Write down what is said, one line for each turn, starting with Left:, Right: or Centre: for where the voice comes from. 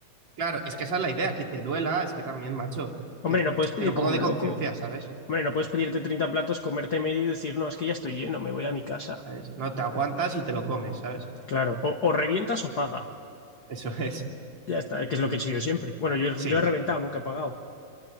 Right: Claro, es que esa es la idea, que te duela, es que también, macho,
Left: Hombre,
Right: que
Left: no puedes pedir
Right: ten un
Left: como
Right: poco
Left: un
Right: de conciencia,
Left: loco.
Right: ¿sabes?
Left: Hombre, no puedes pedirte 30 platos, comerte medio y decir, no, es que ya estoy lleno, me voy a mi casa.
Right: ¿Sabes? No te aguantas y te lo comes, ¿sabes?
Left: Claro, o, o revientas o pagas.
Right: Eso <laughs> es.
Left: Ya está, que es lo que he hecho yo siempre. Bueno, yo,
Right: Sí.
Left: yo he reventado, nunca he pagado.